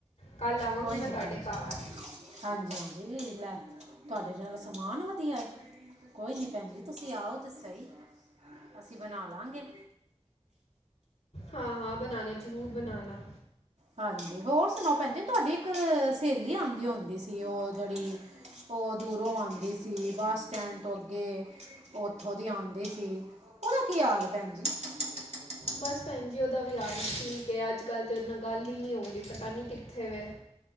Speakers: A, on the left; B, on the right.
A: ਕੱਲ੍ਹ ਆਵਾਂਗੀ
B: ਕੋਈ
A: ਮੈਂ
B: ਨੀਂ
A: ਤੁਹਾਡੇ
B: ਭੈਣ ਜੀ।
A: ਘਰ
B: ਹਾਂਜੀ ਹਾਂਜੀ, ਲੈ, ਤੁਹਾਡੇ ਨਾਲੋ ਸਮਾਂਨ ਵਧੀਆਂ। ਕੋਈ ਨੀ ਭੈਣ ਜੀ, ਤੁਸੀਂ ਆਓ ਤੇ ਸਹੀ, ਅਸੀਂ ਬਣਾ ਲਾਂਗੇ।
A: ਹਾਂ-ਹਾਂ ਬਣਾਉਨਾ, ਜ਼ਰੂਰ ਬਨਉਨਾ।
B: ਹਾਂਜੀ, ਹੋਰ ਸੁਣਾੋ ਭੈਣ ਜੀ, ਤੁਹਾਡੀ ਇੱਕ ਸਹੇਲੀ ਆਉਂਦੀ ਹੁੰਦੀ ਸੀ। ਉਹ ਜਿਹੜੀ ਉਹ ਦੂਰੋਂ ਆਉਂਦੀ ਸੀ, ਬਸ ਸਟੈਂਡ ਤੋਂ ਅੱਗੇ, ਉੱਥੋਂ ਦੀ ਆਉਂਦੇ ਸੀ। ਉਹਦਾ ਕੀ ਹਾਲ ਭੈਣ ਜੀ? <inaudible>
A: ਬਸ ਭੈਣ ਜੀ, ਉਹਦਾ ਵੀ ਆਾਲ ਹੀ ਠੀਕ ਹੈ। ਅੱਜ ਕੱਲ੍ਹ ਤਾਂ ਇਨਾਂ ਗੱਲ ਹੀ ਨਹੀਂ ਹੋ ਰਹੀ, ਪਤਾ ਨਹੀਂ ਕਿੱਥੇ ਵੇ।